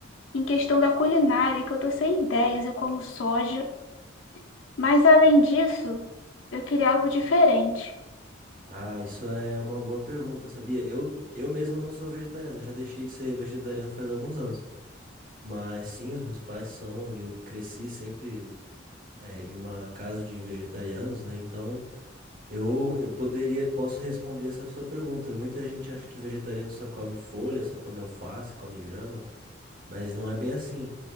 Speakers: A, on the left; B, on the right.
A: em questão da culinária, que eu tô sem ideias, eu como soja, mas além disso, eu queria algo diferente.
B: Ah, isso é uma boa pergunta, sabia? Eu, eu mesmo não sou vegetariano, eu já deixei de ser vegetariano faz alguns anos. Mas sim, os meus pais são, e eu cresci sempre é, em uma casa de vegetarianos, né? Então eu, eu poderia, posso responder essa sua pergunta. Muita gente acha que vegetariano só come folha, só come alface, come grama, mas não é bem assim.